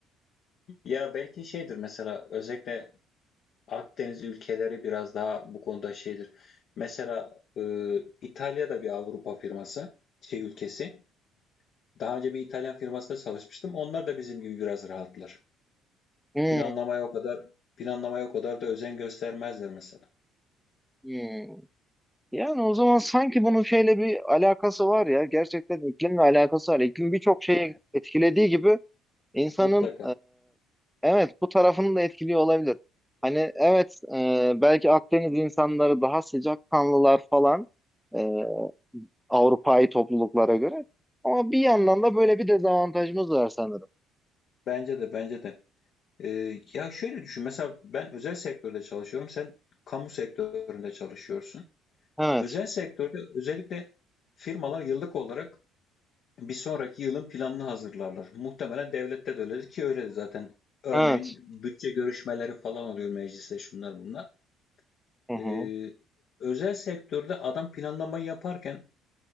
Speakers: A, on the left; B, in the centre.
A: ya belki şeydir mesela özellikle Akdeniz ülkeleri biraz daha bu konuda şeydir. Mesela e, İtalya'da bir Avrupa firması şey ülkesi. Daha önce bir İtalyan firmasında çalışmıştım. Onlar da bizim gibi biraz rahatlar.
B: Hmm,
A: Planlamaya o kadar planlamaya o kadar da özen göstermezler mesela.
B: hmm. Yani o zaman sanki bunun şeyle bir alakası var ya. Gerçekten iklimle alakası var. İklim birçok şeyi etkilediği gibi insanın
A: Mutlaka.
B: e, evet bu tarafını da etkiliyor olabilir. Hani evet e, belki Akdeniz insanları daha sıcakkanlılar falan. e, Avrupa'yı topluluklara göre. Ama bir yandan da böyle bir dezavantajımız var sanırım.
A: Bence de bence de. Ee, ya şöyle düşün. Mesela ben özel sektörde çalışıyorum. Sen kamu sektöründe çalışıyorsun.
B: Evet,
A: Özel sektörde özellikle firmalar yıllık olarak bir sonraki yılın planını hazırlarlar. Muhtemelen devlette de öyledir ki öyle de zaten. Örneğin
B: evet.
A: bütçe görüşmeleri falan oluyor mecliste şunlar bunlar.
B: Hı hı.
A: Ee, özel sektörde adam planlamayı yaparken